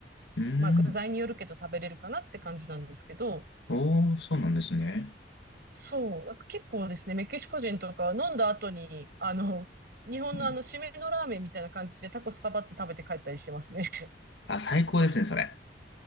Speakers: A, on the left (about 75°); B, on the right (about 55°).
A: うーん。
B: まあ具材によるけど食べれるかなって感じなんですけど、
A: おー、そうなんですね。
B: そう、なんか結構ですね、メキシコ人とかは飲んだ後に、あの、日本のあの、
A: うん。
B: 締めのラーメンみたいな感じでタコスパパって食べて帰ったりしてますね。
A: あ、最高ですね、それ。